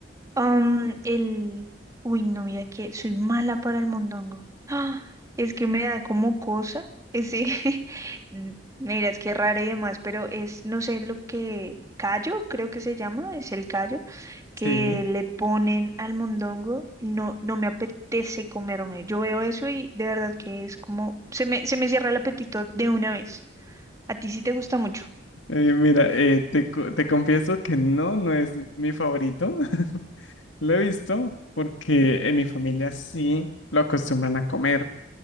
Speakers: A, on the right (about 15°); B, on the left (about 90°).
A: Um, el... Uy, no, mira que soy mala para el mondongo. ¡Ah! Es que me da como cosa ese... <laughs> n- Mira, es que es raro y demás, pero es, no sé, lo que callo, creo que se llama, es el callo,
B: Sí.
A: que le ponen al mondongo. No, no me apetece comerme. Yo veo eso y de verdad que es como... Se me, se me cierra el apetito de una vez. A ti sí te gusta mucho.
B: Eh, mira, eh, te, cu- te confieso que no, no es mi favorito. <laughs> Lo he visto porque en mi familia sí lo acostumbran a comer.